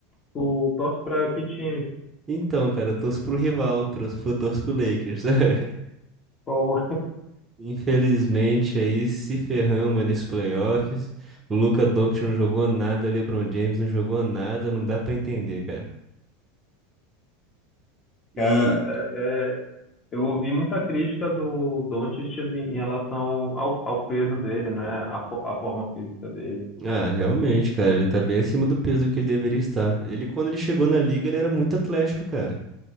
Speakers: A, on the left; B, on the right.
A: tu torce pra que time?
B: Então, cara, eu torço pro rival, torço pro, torço pro Lakers. <laughs>
A: Pô,
B: Infelizmente, aí se ferramos nesses playoffs. O Luka Doncic não jogou nada, LeBron James não jogou nada, não dá pra entender, cara.
A: <laughs>
B: E,
A: cara, é, é, Eu ouvi muita crítica do Doncic de- em relação ao, ao peso dele, né? A, fo- a forma física dele.
B: ah, realmente, cara, ele tá bem acima do peso que ele deveria estar. Ele, quando ele chegou na liga, ele era muito atlético, cara.